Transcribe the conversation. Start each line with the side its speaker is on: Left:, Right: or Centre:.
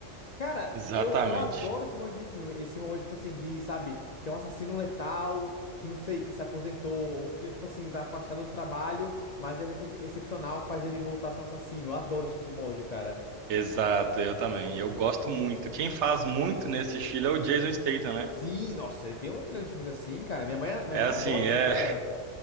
Left: Cara,
Right: Exatamente.
Left: eu, eu adoro esse mod de filme. Esse mod, tipo assim, de, sabe, tem um assassino letal, que não sei, que se aposentou, ou que, tipo assim, tá afastado do trabalho, mas aí alguma coisa excepcional faz ele voltar a ser um assassino. Eu adoro esse tipo de mod, cara.
Right: Exato, eu também. Eu gosto muito. Quem faz muito nesse estilo é o Jason Statham, né?
Left: Sim, nossa, ele tem um milhão de filmes assim, cara. Minha mãe, minha
Right: É
Left: mãe
Right: assim,
Left: adora esse
Right: é
Left: cara.